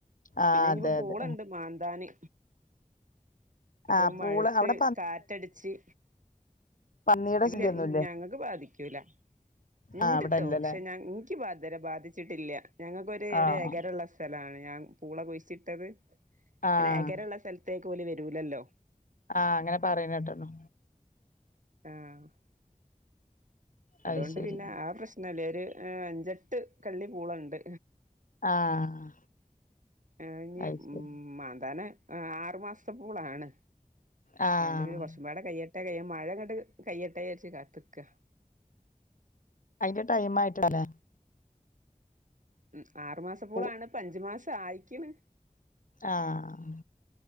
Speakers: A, on the left; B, on the right.
A: ആഹ്
B: പിന്നെഞ്ഞ്പ്പ
A: അതെ
B: പോണ്
A: അതെ
B: ണ്ട് മാന്താന് അപ്പൊ
A: ആ പൂള്
B: മഴത്ത്
A: അവ്ടെ
B: കാറ്റടിച്ച്
A: പന്നിയുടെ
B: ഇല്ല
A: ശല്യൊന്നുല്ലേ
B: ഞങ്ങക്ക് ബാധിക്കൂല ണ്ട്ട്ടോ
A: ആഹ് അവിടെല്ലല്ലേ
B: ശെ ഞങ്ങ് ൻക്ക് ബ ദരെ ബാധിച്ചിട്ടില്ല്യ ഞങ്ങക്കൊര്
A: ആഹ്
B: ര് എകരള്ള സ് <unintelligible> ണ് ഞാൻ പൂള കുയ്ച്ചിട്ടത് പിന്നെ
A: ആഹ്
B: എകരള്ള സൽത്തേ തൊലി വരൂലല്ലോ
A: ആഹ് അങ്ങനെ പറയുന്നേട്ട്ണ്.
B: ആഹ് അതുകൊണ്ട്
A: അത് ശരി
B: പിന്നെ ആ പ്രശ്നല്ലേ രു ആ അഞ്ചെട്ട് കള്ളി പൂളണ്ട്
A: ആഹ്
B: ആ നി
A: അത് ശരി
B: മാന്താന് ആഹ് ആറു മാസത്തെപ്പൂളാണ്
A: ആഹ്
B: ആ ഇണ്ട് പീല്കുറച്ചും പാടെ കയ്യട്ടെ ട്ട കയ്യുംമഴങ്ങട്ട് കയ്യെട്ടെച്ച് കാത്ത്ക്കാ
A: അയ്ന്റെ ടൈം ആയിട്ട്ണ്ടാവൂല
B: മ് ആറു മാസപ്പൂളാണ്
A: പോ
B: ഇപ്പഞ്ച് മാസ് സായിക്ക്ണ്
A: ആഹ്